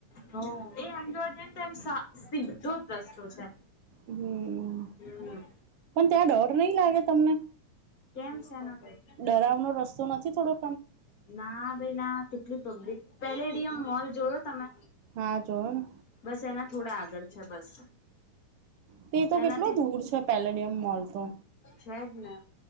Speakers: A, on the left (about 30°); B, on the right (about 70°).
A: હ, એ એમ જોવા જાય ને તો એમ સા સીધો જ રસ્તો છે.
B: હમ્મ,
A: હમ
B: પણ ત્યાં ડર નહિ. લાગે તમને
A: કેમ છે. ભાઈ
B: ડરાવનો, રસ્તો નથી. થોડો
A: ના ભઈ, ના કેટલી પબ્લિક પેલેડીયમ મોલ જોયો. તમે
B: હા જોયો ને
A: બસ એના થોડા આગળ છે, બસ
B: તે તો કેટલો
A: એનાથી
B: દૂર છે. પેલેડિયમ મોલ તો
A: છે જ ને